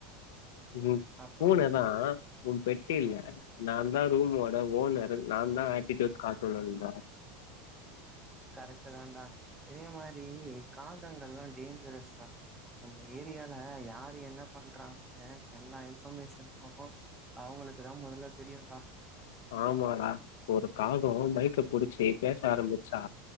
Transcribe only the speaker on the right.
அப்றோ
நண்பா
கரெக்ட்டுதான்டா இதே மாரி காகங்கள்ல்லா டேஞ்ஜரஸ்டா நம்ம ஏரியால யாரு என்ன பண்றாங்க எல்லா இன்ஃபர்மேஷனு அவுங்களுக்குதா மொதல்ல தெரியுண்டா